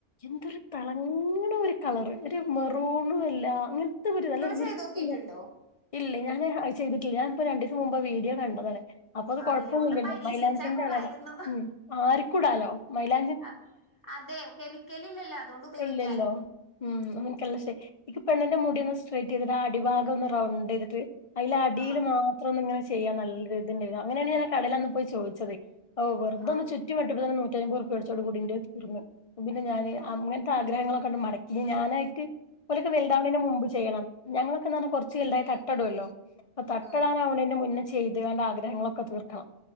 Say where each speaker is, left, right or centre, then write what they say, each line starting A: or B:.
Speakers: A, on the left; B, on the left.
A: എന്തൊരു തിളങ്ങണ ഒരു കളർ ഒരു മെറൂണ് അല്ല അങ്ങനത്തെ ഒരു
B: നിങ്ങൾ
A: നല്ലരു
B: ചെയ്തോക്കിട്ടുണ്ടോ
A: വൃത്തിള്ള ഇല്ലേ ഞാന് അത് ചെയ്തിട്ടില്ല ഞാന ഇപ്പോ രണ്ടീസം മുമ്പ് വീഡിയോ കണ്ടതാണ് അപ്പൊ അത്
B: ആണില്ലേ
A: കൊഴപ്പൊന്നുല്ലല്ലോ
B: ഒന്ന് പരീക്ഷിച്ചാ
A: മൈലാഞ്ചിന്റെ
B: കൊള്ളായിരുന്നു
A: എല ഉം ആർക്കുടാലോ മൈലാ
B: അ അതെ കെമിക്കലില്ലല്ലോ അതുകൊണ്ട് ഉപയോഗിക്കാലോ
A: ഇല്ലല്ലോ ഉം ന്ക് നല്ല ഇഷ്ടായി ഇന്ക് പെണ്ണിന്റെ മുടി ഒന്ന് സ്ട്രെറ്റ് ചെയ്തിട്ട് അടിഭാഗം ഒന്ന് റൗണ്ട് ചെയ്തിട്ട്. അയില് അടിയില്
B: ആ
A: മാത്രം ഒന്ന് ഇങ്ങനെ ചെയ്യാൻ നല്ല ഇദ്ണ്ടരുന്നു അങ്ങനെയാണ് ഞാൻ കടേല് അന്ന് പോയി ചോദിച്ചത് ഓ വെറ്തൊന്ന്
B: ആ
A: ചുറ്റിവെട്ടിയപ്പോതന്നെ നൂറ്റിയയ്ബോറ്പ്പിയ കൊടുത്ത് അതോട് കൂടി ൻ്റെ തീർന്ന് പിന്നെ ഞാന്
B: ആ
A: അങ്ങനത്തെ ആഗ്രഹങ്ങളെക്കെ മടക്കി ഞാനായിട്ട് ഓലക്കെ വല്തവ്നെന് മുമ്പ് ചെയ്യണം ഞങ്ങൾക്കെന്ന് പറഞ്ഞാ കുറച്ച് വൽദായാ തട്ടം ഇടുവലോ അപ്പൊ തട്ടടാൻ
B: ആ
A: ആവണ്ന്റെ മുന്നേ ചെയ്ത് ങ്ങാണ്ട് ആഗ്രഹങ്ങളൊക്കെ തീർക്കണം